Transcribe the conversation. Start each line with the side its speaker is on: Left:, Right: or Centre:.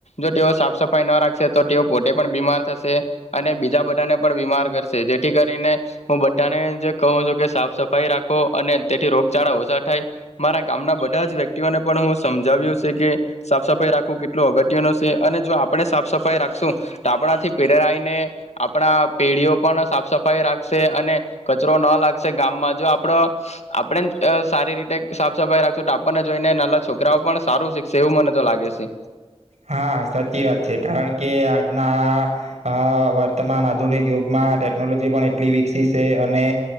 Left: જો તેઓ સાફ સફાઈ ના રાખશે તો તેઓ પોતે પણ બીમાર થશે અને. બીજા બધાને પણ બીમાર કરશે જેથી કરીને હું બધાને જે કહું છું કે સાફ સફાઈ રાખો અને તેથી રોગચાળા ઓછા થાય મારા ગામના બધા જ વ્યક્તિઓને પણ હું સમજાવ્યું છે કે સાફ સફાઈ રાખવું કેટલું અગત્ય ન છે અને જો આપણે સાફ સફાઈ રાખશું તો આપણાથી પેરાઈને. આપણા પેઢીઓ પણ સાફ સફાઈ રાખશે અને કચરો ન લાગશે ગામમાં જો આપડ આપણે સારી રીતે સાફ સફાઈ રાખશું ટાપણને જોઈને નાના છોકરાઓ પણ સારું શીખશે એવું મને તો લાગે છે.
Right: હા સાચી વાત છે કારણ કે આજના વર્તમાન આધુનિક યુગમાં ટેકનોલોજી પણ એટલી વિકસી છે અને